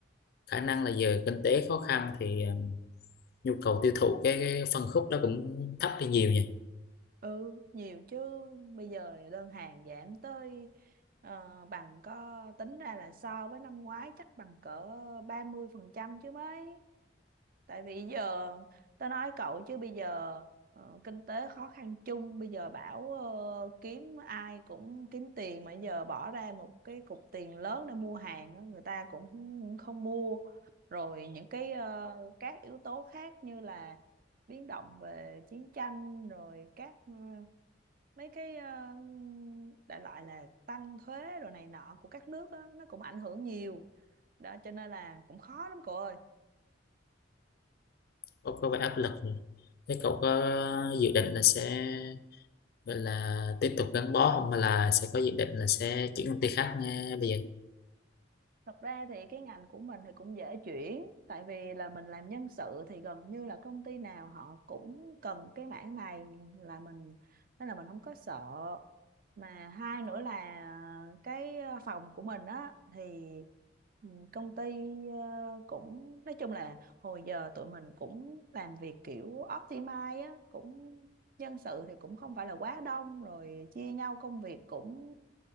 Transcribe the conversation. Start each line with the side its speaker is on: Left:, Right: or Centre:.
Left: khả năng là giờ kinh tế khó khăn thì um, nhu cầu tiêu thụ cái, cái phân khúc đó cũng thấp đi nhiều nhỉ
Right: ừ nhiều chứ bây giờ đơn hàng giảm tới ờ, bằng có tính ra là so với năm ngoái chắc bằng cỡ 30% chứ mấy tại vì giờ tao nói cậu chứ bây giờ ờ, kinh tế khó khăn chung bây giờ bảo ờ, kiếm ai cũng kiếm tiền mà giờ bỏ ra một cái cục tiền lớn để mua hàng á, người ta cũng không mua rồi những cái ờ, các yếu tố khác như là biến động về chiến tranh rồi các ờ, mấy cái ờ, đại loại là tăng thuế rồi này nọ của các nước á, nó cũng ảnh hưởng nhiều đó cho nên là cũng khó lắm cậu ơi
Left: có có vẻ áp lực nhỉ thế cậu có dự định là sẽ gọi là tiếp tục gắn bó không mà là sẽ có dự định là sẽ chuyển công ty khác nghe bây giờ
Right: Thật ra thì cái ngành của mình thì cũng dễ chuyển tại vì là mình làm nhân sự thì gần như là công ty nào họ cũng cần cái mảng này là mình nên là mình không có sợ mà hai nữa là cái ờ, phòng của mình á thì ừ, công ty ờ, cũng nói chung là hồi giờ tụi mình cũng làm việc kiểu optimize á cũng nhân sự thì cũng không phải là quá đông rồi chia nhau công việc cũng